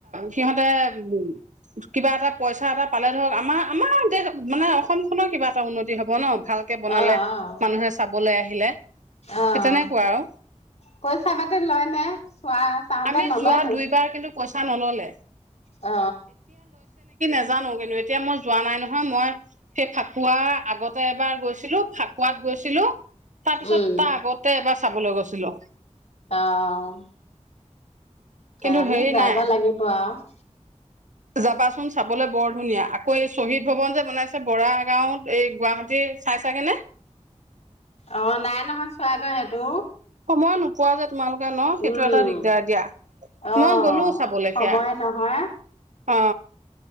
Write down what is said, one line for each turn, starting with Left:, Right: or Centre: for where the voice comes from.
Right: সিহঁতে উ কিবা এটা পইচা এটা পালে ধৰক আমাৰ আমাৰ দেশ মানে অসমখনৰ কিবা এটা উন্নতি হ'ব ন। ভালকে বনালে
Left: অহ অহ
Right: মানুহে চাবলৈ আহিলে
Left: অহ
Right: সেই তেনেকুৱা আৰু
Left: পইচা পাতি লয় নে চোৱা চাওঁতে
Right: আমি
Left: নলয়
Right: যোৱা
Left: তোৰ!
Right: দুইবাৰ কিন্তু পইচা নলয়।
Left: অ।
Right: নাজানো কিন্তু এতিয়া মই যোৱা নাই নহয় মই সেই ফাকুৱা আগতে এবাৰ গৈছিলো ফাকুৱাত গৈছিলো। তাৰ পিছত
Left: উম
Right: তাৰ আগতে এবাৰ চাবলৈ গৈছিলো
Left: অহ
Right: কিন্তু
Left: আমি
Right: হেৰি
Left: যাব
Right: নাই
Left: লাগিব আৰু
Right: যাবাচোন চাবলৈ বৰ ধুনীয়া আকৌ এই শ্বহীদ ভৱন যে বনাইছে বৰা গাঁওত এই গুৱাহাটী চাই চাগে নে
Left: অ নাই নহয় চোৱাগৈ সেইটো
Right: মই নোপোৱা যত তোমালোকে ন সেইটো
Left: উম
Right: এটা দিগদাৰ দিয়া
Left: অ
Right: মই গলো চাবলৈ
Left: সময়
Right: সেয়া
Left: নহয়
Right: অ